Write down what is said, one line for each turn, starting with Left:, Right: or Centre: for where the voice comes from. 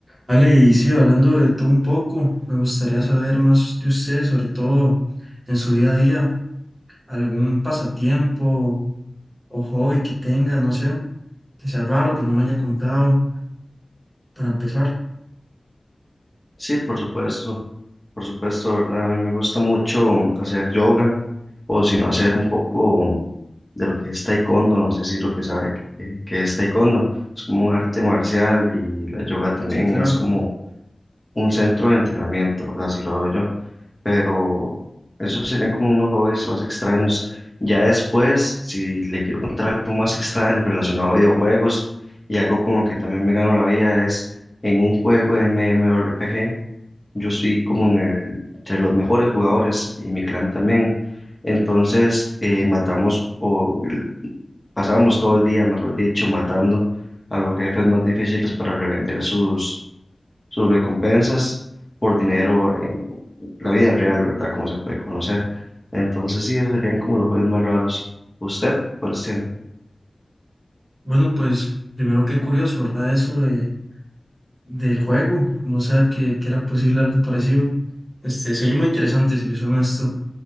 Right: Vale, y sí, hablando de todo un poco, me gustaría saber más de usted, sobre todo en su día a día, algún pasatiempo o hobby que tenga, no sé, que sea raro, que no me haya contado, para empezar.
Left: Sí, por supuesto, por supuesto, ¿verdad? A mí me gusta mucho hacer yoga o si no hacer un poco de lo que es taekwondo, no sé si lo que sabe que, que es taekwondo, es como un arte marcial y la yoga también
Right: Sí, claro.
Left: es como un centro de entrenamiento, ¿verdad? Así lo veo yo, pero esos serían como unos hobbies más extraños. Ya después, si le quiero contar algo más extraño relacionado a videojuegos y algo con lo que también me gano la vida es en un juego de MMORPG. Yo soy como en el- entre los mejores jugadores y mi clan también. Entonces eh, matamos o gl- pasábamos todo el día, mejor dicho, matando a los jefes más difíciles para revender sus, sus recompensas por dinero en la vida real, ¿verdad? Como se puede conocer. Entonces sí, esos serían como los juegos más raros. ¿Usted cuál tiene?
Right: Bueno, pues primero qué curioso, ¿verdad? Eso de, del juego, no sé que, que era posible algo parecido. Este, se oye muy interesante si le hicieron esto.